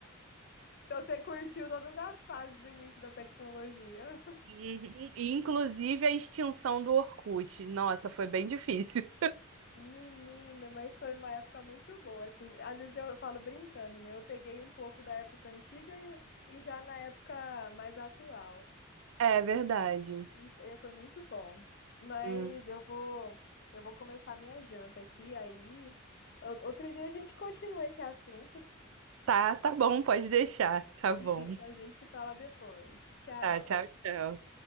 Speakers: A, on the left; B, on the right.
A: Então você curtiu todas as fases do início da tecnologia.
B: E, Inclusive a extinção do Orkut. Nossa, foi bem difícil.
A: <laughs> Menina, mas foi uma época muito boa, assim. Às vezes eu falo brincando, né? Eu peguei um pouco da época antiga e, e já na época mais atual.
B: É verdade.
A: E foi foi muito bom. Mas
B: Hum.
A: eu vou, eu vou começar minha janta aqui, aí ou- outro dia a gente continua esse assunto.
B: Tá, tá bom, pode deixar. Tá bom.
A: <laughs> A gente se fala depois. Tchau.
B: Tá, tchau, tchau.